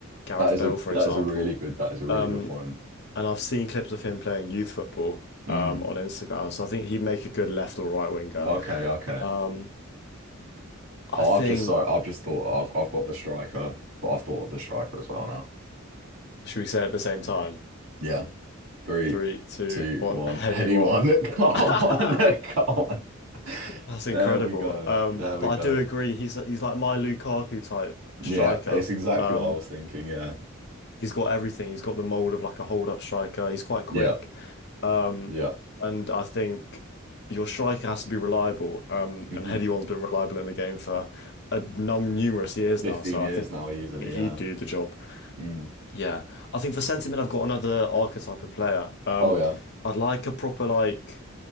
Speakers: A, on the left (about 55°); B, on the right (about 70°).
A: Gareth
B: That is
A: Bale,
B: a
A: for
B: that
A: example.
B: is a really good that is a really
A: Um,
B: good point.
A: and I've seen clips of him playing youth football
B: Mm,
A: um, on Instagram, so I think he'd make a good left or right winger.
B: okay, okay.
A: Um, I
B: Oh,
A: think,
B: I've just sorry, I've just thought I've I've got the striker, but I've thought of the striker as well now.
A: should we say it at the same time?
B: Yeah, three,
A: Three, two,
B: two,
A: one,
B: one,
A: heady
B: heady
A: one.
B: one.
A: <laughs>
B: <laughs> Come on, <laughs> come on.
A: That's incredible.
B: There we go.
A: Um,
B: There we
A: but I
B: go.
A: do agree, he's he's like my Lukaku type striker.
B: Yeah, it's exactly
A: Um,
B: what I was thinking. Yeah.
A: He's got everything. He's got the mold of like a hold-up striker. He's quite quick.
B: Yeah.
A: Um,
B: Yeah.
A: and I think your striker has to be reliable. Um,
B: hmm
A: and Heady One's been reliable in the game for a num numerous years
B: 15
A: now. So
B: years
A: I think
B: now, easily.
A: he'd
B: Yeah.
A: do the job.
B: Mm.
A: Yeah, I think for sentiment, I've got another archetype of player. Um,
B: Oh, yeah.
A: I'd like a proper like